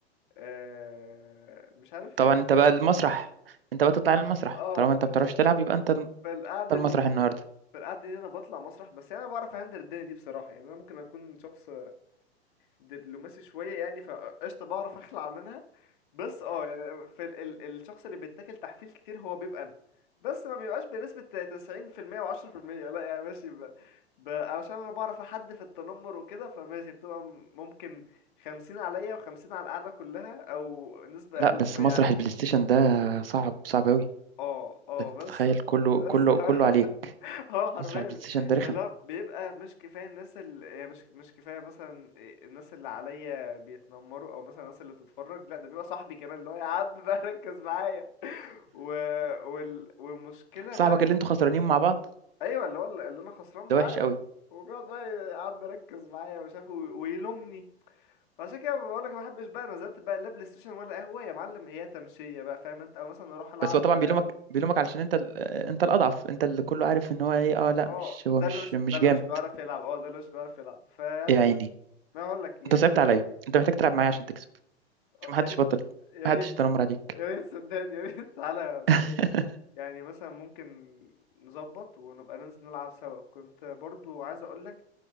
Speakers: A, on the left; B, on the right.
A: آه مش عارف
B: طبعا
A: يعني
B: انت بقى المسرح انت بقى تطلع المسرح
A: اه
B: طالما انت ما بتعرفش تلعب
A: في
B: يبقى انت الم-
A: في القعده
B: انت المسرح
A: دي
B: النهارده
A: في القعده دي انا بطلع مسرح بس يعني انا بعرف اهندل الدنيا دي بصراحه يعني انا ممكن اكون شخص دبلوماسي شويه يعني فقشطه بعرف اخلع منها بس اه يعني في ال ال الشخص اللي بيتاكل تحفيل كتير هو بيبقى انا بس ما بيبقاش بنسبه 90% و10% لا يعني ماشي ب... ب... علشان انا بعرف احد في التنمر وكده فماشي بتبقى م- ممكن 50 عليا و50 على القعده كلها او نسبه
B: لا
A: اقل
B: بس
A: شويه
B: مسرح
A: عليا
B: البلاي ستيشن ده صعب صعب قوي
A: اه اه
B: ده انت
A: بس
B: تتخيل كله كله
A: بس <laughs>
B: كله عليك
A: اه حرفيا
B: مسرح البلاي ستيشن ده رخم
A: لا بيبقى مش كفايه الناس اللي يعني مش مش كفايه مثلا الناس اللي عليا بيتنمروا او مثلا الناس اللي بتتفرج لا ده بيبقى صاحبي كمان اللي هو يا عم بقى ركز معايا <laughs> و... وال... والمشكله
B: صاحبك
A: بقى
B: اللي انتوا خسرانين مع بعض
A: ايوه اللي هو اللي انا خسران معاه
B: ده وحش قوي
A: وبيقعد بقى يا عم ركز معايا ومش عارف وي- ويلومني فعشان كده بقول لك ما بحبش بقى نزلت بقى لا بلاي ستيشن ولا قهوه يا معلم هي تمشيه بقى فاهم انت او مثلا اروح العب
B: بس هو طبعا بيلومك بيلومك علشان انت ال- انت الاضعف انت اللي كله عارف ان هو ايه اه لا
A: اه
B: مش هو
A: ده
B: مش
A: اللي مش
B: مش
A: ده اللي
B: جامد
A: مش بيعرف يلعب اه ده اللي مش بيعرف يلعب فيعني
B: يا عيني
A: ما اقول لك يعني
B: انت صعبت عليا انت محتاج تلعب معايا عشان تكسب
A: آه،
B: مش محدش
A: يا ريت
B: بطل
A: يا
B: محدش
A: ريت
B: يتنمر عليك
A: يا ريت صدقني يا ريت <laughs> تعالى
B: <laughs>
A: صدقني يعني مثلا ممكن نظبط ونبقى ننزل نلعب سوا كنت برضو عايز اقولك